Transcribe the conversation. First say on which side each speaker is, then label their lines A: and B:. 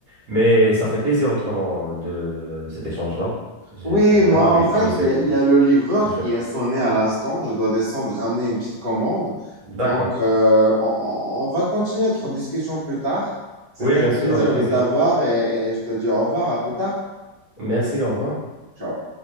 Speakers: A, on the right; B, on the right.
A: Mais ça fait plaisir autrement de euh, cet échange-là. J'ai
B: Oui,
A: vraiment
B: moi,
A: amu-
B: en fait,
A: amusé.
B: il y a, il y a le livreur
A: Je-
B: qui a sonné à l'instant. Je dois descendre ramener une petite commande.
A: D'accord.
B: Donc, euh, on, on- on va continuer notre discussion plus tard. C'était
A: Oui, bien
B: un
A: sûr,
B: plaisir
A: avec plaisir.
B: de t'avoir et et je te dis au revoir, à plus tard.
A: Merci, au revoir.
B: Ciao.